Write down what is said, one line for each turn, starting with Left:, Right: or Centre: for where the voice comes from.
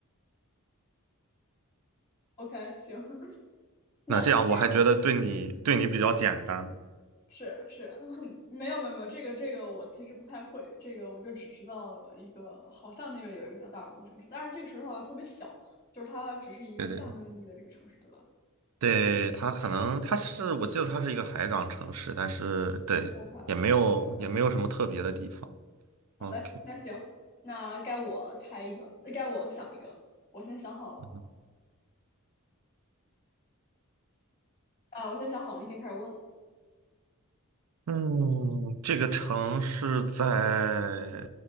Left: OK，行。<laughs> 那下面。
Right: 那这样我还觉得对你对你比较简单，
Left: 是是，<laughs> 没有没有没有，这个这个我其实不太会，这个我就只知道一个，好像那边有一个叫达尔文的城市，但是这个城市好像特别小，就是它只是一个象征意义的这个城市，
Right: 对对对
Left: 对吧
Right: 对，它可能它是，我记得它是一个海港城市，但是对，
Left: ？OK
Right: 也没有也没有什么特别的地方。
Left: OK，好嘞，
Right: OK，
Left: 那行，那该我猜一个，呃该我想一个，我先想好了，
Right: 嗯
Left: 啊，我先想好了，你可以开始问了。
Right: 嗯这个城市在